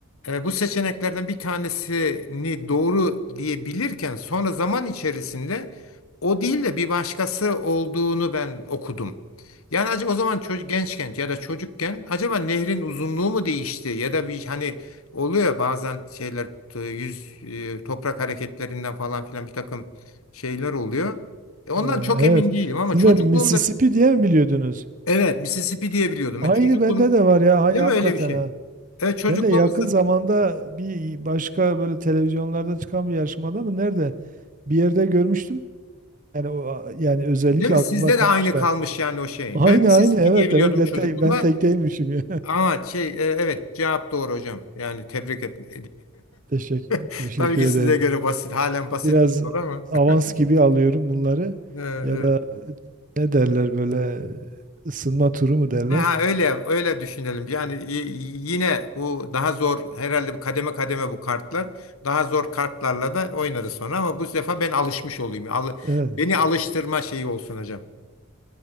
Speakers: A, on the left; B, on the right.
A: e, bu seçeneklerden bir tanesini doğru diyebilirken sonra zaman içerisinde o değil de bir başkası olduğunu ben okudum. Yani acaba o zaman çocuk gençken ya da çocukken acaba nehrin uzunluğu mu değişti ya da bir hani oluyor ya bazen şeyler t- yüz e, toprak hareketlerinden falan filan bir takım şeyler oluyor. E, Ondan
B: Ee,
A: çok
B: evet.
A: emin değilim ama
B: Siz
A: çocukluğumda
B: de Mississippi diye mi biliyordunuz?
A: Evet, Mississippi diye biliyordum.
B: Aynı
A: Ve çocukluğum,
B: bende de var ya. Aynı
A: değil
B: hakikaten
A: mi öyle bir şey?
B: ha.
A: Evet, çocukluğumuzda,
B: Ben de yakın zamanda bir başka böyle televizyonlarda çıkan bir yarışmada mı nerede bir yerde görmüştüm. Yani o yani özellikle
A: değil mi?
B: aklımda
A: Sizde
B: kalmış
A: de aynı
B: da.
A: kalmış yani o şey.
B: Aynı
A: Ben Mississippi
B: aynı evet
A: diye biliyordum
B: demek ben
A: çocukluğumda.
B: tek, ben tek değilmişim ya.
A: Ama şey, e, evet, cevap doğru hocam. Yani tebrik ettim.
B: Teşekkür, teşekkür
A: <laughs> Tabii ki
B: ederim.
A: size göre basit, halen basit
B: Biraz
A: bir soru ama.
B: avans
A: <laughs>
B: gibi alıyorum bunları.
A: Ee, Evet.
B: Ya da
A: E,
B: ne derler böyle ısınma turu mu derler?
A: Ha, öyle öyle düşünelim. Yani y- yine bu daha zor herhalde bu kademe kademe bu kartlar. Daha zor kartlarla da oynarız sonra ama bu sefer ben alışmış olayım. Al-
B: Evet,
A: beni alıştırma şeyi olsun hocam.